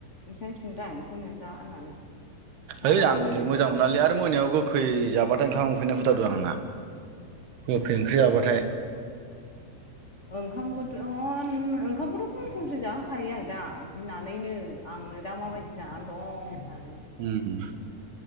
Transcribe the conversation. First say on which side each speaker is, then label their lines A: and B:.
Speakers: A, on the left; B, on the right.
A: ओंखायनो संदों आं बेखौनो जा होननानै। रागा
B: ओइ आं
A: जोंलायनायखाय
B: हलै मोजां मोनालै आरो मोनायाव गोखै जाबाथाय ओंखाम उखैनाय फुथारदों आंना। गोखै ओंख्रि जाबाथाय।
A: ओंखामखौनोथ' ओंखामखौथ' खम खमसो जाहोखायो आं दा गिनानैनो। आंनो दा माबायदि जानानै दं होननानै।
B: <unintelligible>